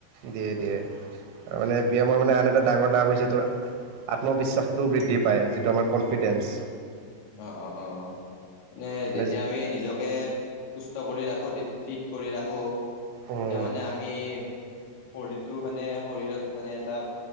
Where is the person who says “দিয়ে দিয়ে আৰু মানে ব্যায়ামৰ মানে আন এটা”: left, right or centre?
Right